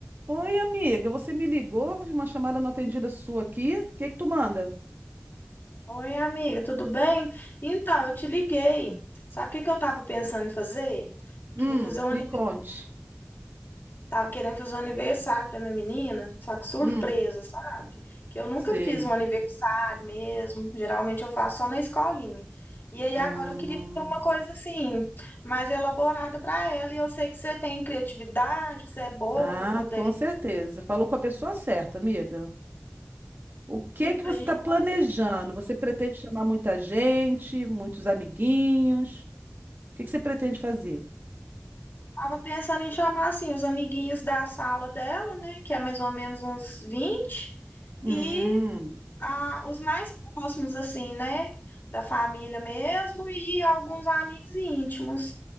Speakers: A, on the right (about 50°); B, on the left (about 50°).
A: Oi, amiga, você me ligou? vi uma chamada não atendida sua aqui. O que que tu manda?
B: Oi, amiga, tudo bem? Então, eu te liguei. Sabe o que que eu tava pensando em fazer?
A: Hum,
B: Queria fazer um, ani-
A: me conte.
B: tava querendo fazer um aniversário para minha menina, só que surpresa,
A: Hum,
B: sabe? Que eu nunca
A: sei.
B: fiz um aniversário mesmo, geralmente eu faço só na escolinha. E aí
A: Ah,
B: agora eu queria fazer uma coisa assim, mais elaborada para ela, e eu sei que você tem criatividade, que você é boa
A: ah,
B: para poder
A: com certeza. Falou com a pessoa certa, amiga. O que
B: ir
A: que
B: pra
A: você
B: gente.
A: está planejando? Você pretende chamar muita gente, muitos amiguinhos? O que que você pretende fazer?
B: Tava pensando em chamar assim os amiguinhos da sala dela, né, que é mais ou menos uns 20
A: Hum.
B: e ah, os mais próximos assim, né, da família mesmo e alguns amigos íntimos.